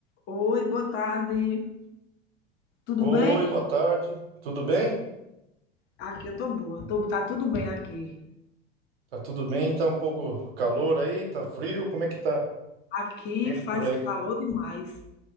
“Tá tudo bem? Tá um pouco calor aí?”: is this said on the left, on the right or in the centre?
Right